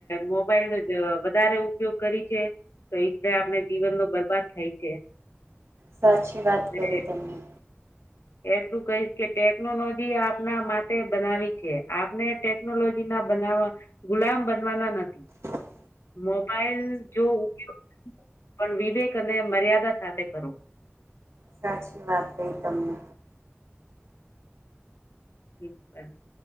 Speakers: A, on the left (about 75°); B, on the right (about 80°).
A: મોબાઈલનો. જ વધારે ઉપયોગ કરી છે. તો એ રીતે આપણે જીવનમાં બરબાદ થાય છે.
B: સાચી વાત
A: ને
B: કરી તેમને.
A: એટલું કહીશ કે ટેકનોલોજી આપના માટે બનાવી છે આપને ટેકનોલોજી ના બનાવવા, ગુલામ બનવાના નથી.
B: હ <inaudible>
A: મોબાઈલ જો ઉપયોગ પણ વિવેક અને મર્યાદા સાથે કરો.
B: સાચી વાત કહી તમને.
A: પણ <unintelligible>